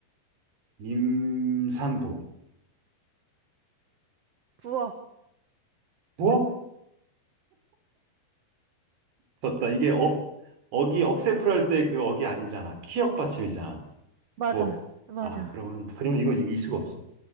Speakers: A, on the right; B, on the right.
A: 임산부.
B: 부엌.
A: 부엌? 떴다. 이게 억, 억이, 억세풀 할 때 그 억이 아니잖아. 키역 받침이잖아.
B: 맞아.
A: 부엌.
B: 맞아.
A: 아, 그러면, 그러면 이건 이길 수가 없어.